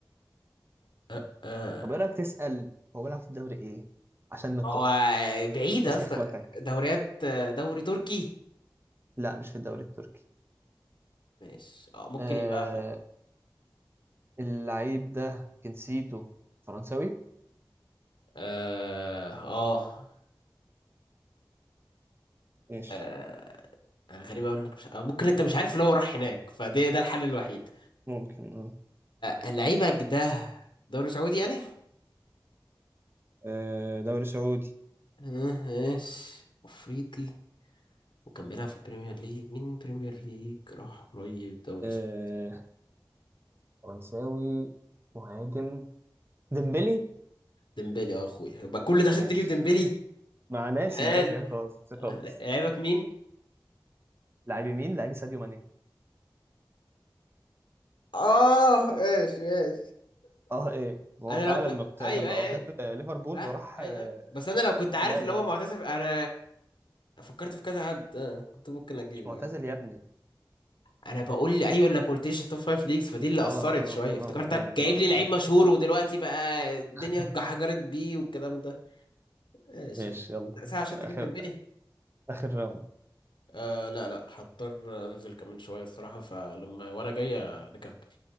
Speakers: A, on the left; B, on the right.
A: أه أه.
B: طب ايه رايك تسال هو بيلعب في الدوري ايه عشان ما
A: ما
B: تتوهش
A: هو بعيدة
B: ماسك
A: في
B: اخواتك
A: دوريات دوري تركي
B: لا مش في الدوري التركي
A: مش اه ممكن
B: آه
A: يبقى في
B: اللعيب ده جنسيته فرنساوي
A: اه اه
B: ماشي
A: آه، غريبة أوي انك مش... آه، ممكن انت مش عارف اللي هو راح هناك فده ده الحل الوحيد
B: ممكن اه
A: لعيبك ده دوري سعودي يعني
B: آه، دوري سعودي
A: آه، ماشي افريقي وكان بيلعب في البريمير ليج مين بريمير ليج راح قريب دوري
B: آه
A: سعودي
B: فرنساوي مهاجم ديمبلي
A: ديمبلي اه اخويا يبقى كل ده عشان
B: ماشي
A: تجيب ديمبلي
B: مع ناسي
A: هل
B: ناسي ناسي خلاص ناسي خلاص
A: لعيبك مين؟
B: لعيب يمين لعيب ساديو ماني
A: اه ايش ايش
B: اه ايه هو
A: انا
B: فعلا
A: لو كنت
B: ما كنت-
A: ايوه
B: كان بقى
A: ايوه
B: هو كان
A: ايوه
B: في ليفربول
A: سهل
B: وراح
A: ايوه
B: آه،
A: ايوه بس انا لو كنت
B: الهلال
A: عارف اللي
B: باين
A: هو معتزف انا آه، فكرت في كذا حد آه، كنت ممكن اجيبه
B: مش معتزل
A: عادي
B: يا ابني
A: انا بقول لي ايوه انك ما قلتليش التوب فايف ليجز فدي اللي
B: اه
A: اثرت
B: اه
A: شويه افتكرتك
B: اه اه
A: جايب
B: اه,
A: لي لعيب
B: آه.
A: مشهور ودلوقتي بقى الدنيا
B: <laughs>
A: اتحجرت بيه والكلام ده ماشي
B: ماشي يلا
A: ساعه عشان
B: اخر
A: تجيبني ببالي
B: اخر راوند
A: آه لا لا هضطر انزل كمان شويه الصراحه فلما وانا جاي نكمل